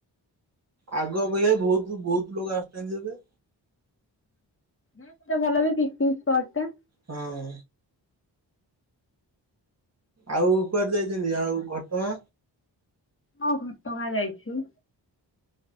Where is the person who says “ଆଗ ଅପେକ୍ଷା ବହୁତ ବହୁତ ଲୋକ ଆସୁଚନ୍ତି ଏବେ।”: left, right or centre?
Right